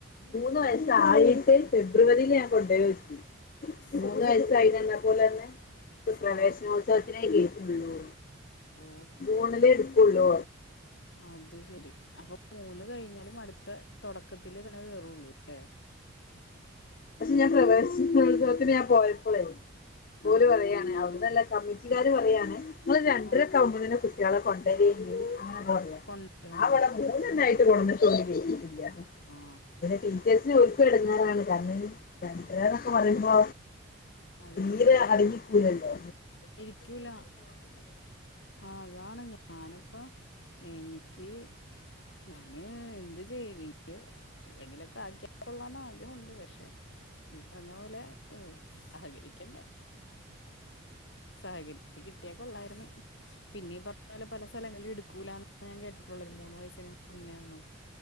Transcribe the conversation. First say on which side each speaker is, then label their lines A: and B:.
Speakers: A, on the left; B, on the left.
A: മൂന്ന്
B: ആ
A: വയസ്സായിട്ട് ഫെബ്രുവരിയിൽ ഞാൻ കൊണ്ടോയോക്കി
B: ആ
A: മൂന്ന് വയസ്സായിചെന്നപ്പോൾ ഓൽ പറഞ്ഞു പ്രവേശനോത്സവത്തിനേ
B: ആ
A: കേറ്റൊള്ളു
B: ഓ
A: ജൂണിലേ എടുകൊള്ളൂ
B: അത് ശരി അപ്പൊ മൂന്ന് കഴിഞ്ഞാലും അടുത്ത തുടക്കത്തിലെ ഇതിനെ കേറൊള്ളൂ ല്ലേ
A: പക്ഷെ ഞാൻ പ്രവേശ്നോത്സവത്തിന് ഞാൻ പോയപ്പളെ
B: ആ
A: ഓല്
B: ആ
A: പറയാണ്
B: ആ
A: അവിടന്നല്ല കമ്മിറ്റിക്കാര് പറയാണ് നിങ്ങള് രണ്ടരൊക്കെ
B: ആ
A: ആകുമ്പോന്നെ കുട്ടിയാളെ കൊണ്ടരെനി അങ്ങനെ
B: കൊണ്ടുവരണോ
A: <unintelligible> ആവടെ
B: അല്ലേ ആ
A: മൂന്നെന്നായിട്ട്
B: അത് നന്നായി
A: കൊണ്ടന്നിട്ട് ഓല് കേറ്റീട്ടില്ല
B: ആ
A: പിന്നെ ടീച്ചേഴ്സിനു ഓൽക്കും എടങ്ങേറാണ് കാരണം രണ്ടെരാന്നൊക്കെ
B: ആ
A: പറയുമ്പോ
B: അതെ
A: തീരെ
B: അതെ അതെ
A: അടങ്ങി നിക്കൂലല്ലോ
B: ഇരിക്കൂല അതാണ് ഞാനിപ്പോ എനിക്ക് ഞാൻ എന്ത് ചെയ്യും എനിക്ക് എവിടെങ്കിലും ആക്കിയാൽ കൊള്ളാന്ന് ആഗ്രഹമുണ്ട് പക്ഷെ നീ പറഞ്ഞ പോലെ സഹകരിക്കണ്ടേ സഹകരിച്ച് കിട്ടിയാൽ ക്കൊള്ളായിരുന്നു പിന്നീ പ പല പല സ്ഥലങ്ങളിൽ എടുക്കൂലന്ന് ഞാൻ കേട്ടിട്ടുള്ളത് മൂന്ന് വയസ്സ് നെയൊന്നും